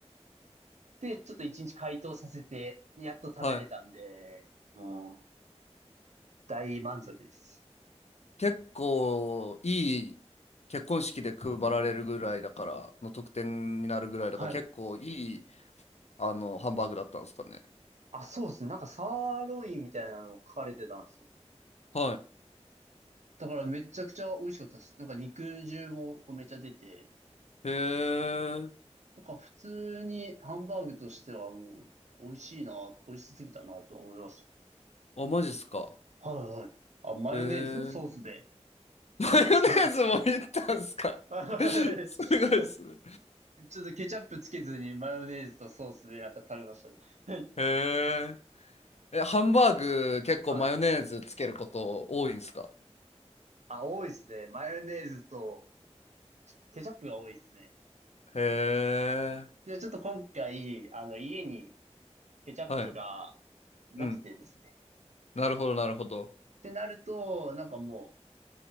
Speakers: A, on the right; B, on the left.
A: で、ちょっと一日解凍させて、やっと食べれたんで、
B: はい。
A: もう大満足です。
B: 結構いい結婚式で配られるぐらいだからの特典になるぐらいだから結構いい
A: はい。
B: あのハンバーグだったんですかね。
A: あ、そうですね。なんかサーロインみたいなの書かれてたんですよ。
B: は
A: だからめちゃくちゃ美味しかったです。なんか肉汁もこうめっちゃ出て、
B: い。へえ。
A: なんか普通にハンバーグとしてはもう美味しいな、美味しすぎたなと思いまし
B: あ、マジっすか。
A: た。はいはい。あ、マヨネーズのソースで
B: へえ。<laughs> マヨネーズもいったんすか。
A: 食べたんですけど。はい。
B: <laughs> すごいっすね。
A: ちょっとケチャップつけずにマヨネーズとソースでなんか食べましたね。はい
B: へえ。え、ハンバーグ結構マヨネーズつけること多いんすか。
A: はい。あ、多いですね。マヨネーズとケチャップが多いですね。
B: へえ。
A: で、ちょっと今回、あの、家にケチャップが
B: はい。
A: なくてですね。
B: うん。なるほど、なるほど。
A: ってなると、なんかも